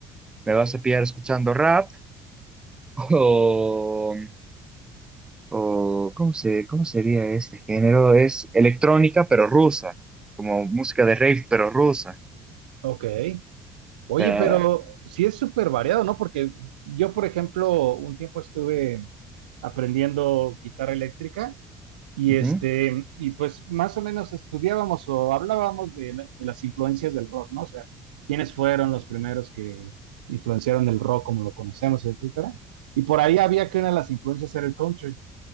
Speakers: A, on the right; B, on the right.
A: me vas a pillar escuchando rap <laughs> o, o ¿cómo se, cómo sería este género? Es electrónica pero rusa, como música de rave pero rusa.
B: Ok. Oye,
A: O sea,
B: pero sí es súper variado, ¿no? Porque yo, por ejemplo, un tiempo estuve aprendiendo guitarra eléctrica y
A: ujú.
B: este, y pues más o menos estudiábamos o hablábamos de, la- de las influencias del rock, ¿no? O sea, quiénes fueron los primeros que influenciaron el rock como lo conocemos, etcétera. Y por ahí había que una de las influencias era el country.